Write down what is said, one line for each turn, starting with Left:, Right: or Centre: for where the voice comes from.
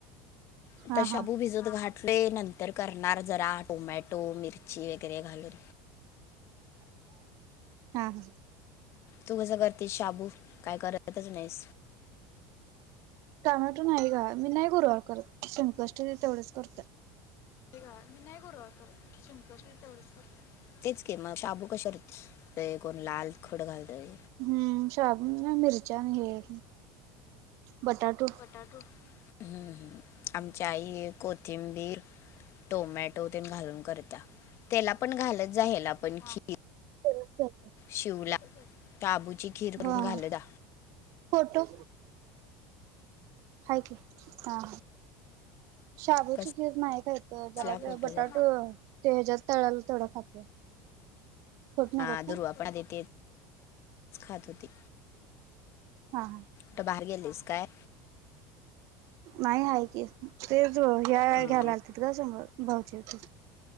Left: आता
Right: हा
Left: शाबू
Right: हा.
Left: भिजत घाटलय,, नंतर करणार जरा, टोमॅटो मिरची वगैरे घालून.
Right: हा, हा.
Left: तू कसं करतेस शाबू? काय करतच नाहीस?
Right: टमॅटो नाही गं, मी नाही गुरुवार करत,, संक. तेवढंच करतोय.
Left: हे म नाही गूरूवार करत,, संकष्टी तेवढंच करऽ तेच की मग, शाबू कशावर कोण लाल तिखट घालतय,
Right: हम्, शाबू आनी मिरच्या हे बटाटूऽ
Left: तू, ह्म, आमच्या आई कोथिंबीर टोमॅटो तेन घालून करत्या, त्याला पण घालत जाई आपण खीर
Right: करत जा.
Left: शिवला, काबूची खीर करून
Right: हा
Left: घालत
Right: हा
Left: जा.
Right: फोटो,, हाय की, हा,, शाबूची
Left: कसं
Right: खीर नाही खाईत. तर जरा
Left: असला फोटो
Right: बटाटू,,,
Left: ग
Right: ते हच्यात तळलेला, तेवढा खातोय. फोटो
Left: अं,,
Right: नकोत काय?
Left: दुर्वापणा आदि तेच खात हुती.
Right: हा, हा,
Left: कुट बाहेर गेलेस काय?
Right: नाही आहे की,, तेच घ्यायला
Left: हम्म,
Right: आलतीत ग समोर, भाऊजी होतीतऽ